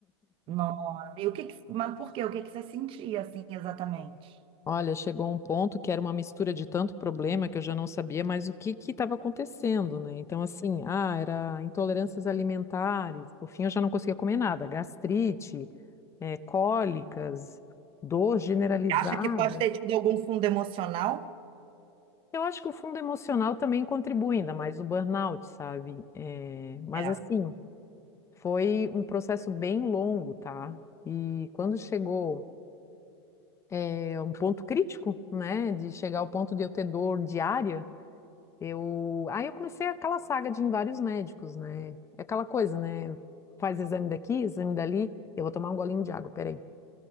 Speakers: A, on the right; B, on the left.
A: não e o que que, mas por quê? O que que você sentia assim exatamente?
B: Olha, chegou um ponto que era uma mistura de tanto problema que eu já não sabia mais o que que estava acontecendo, né? Então, assim, ah, era intolerâncias alimentares, por fim eu já não conseguia comer nada, gastrite, eh, cólicas, dor generalizada.
A: Acha que pode ter tido algum fundo emocional?
B: Eu acho que o fundo emocional também contribui, ainda mais o burnout, sabe? Eh, mas,
A: É,
B: assim, foi um processo bem longo, tá? E quando chegou, eh, um ponto crítico, né, de chegar ao ponto de eu ter dor diária. Eu, aí eu comecei aquela saga de ir em vários médicos, né? É aquela coisa, né? Faz exame daqui, exame dali. Eu vou tomar um golinho de água, peraí.